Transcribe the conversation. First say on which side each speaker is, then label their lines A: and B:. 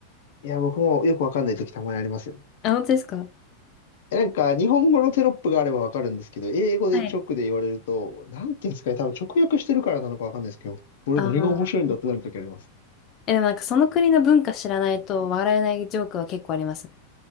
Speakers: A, on the left; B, on the left.
A: いや、僕もよくわかんない時たまにありますよ。
B: あ、本当ですか
A: え、なんか、日本語のテロップがあればわかるんですけど、英語で直で言われると、
B: はい。
A: なんていうんですかね、多分直訳してるからなのかわかんないですけど、これ何が面白いんだってなる時あります。
B: ああえ、でもなんかその国の文化知らないと笑えないジョークは結構ありますね。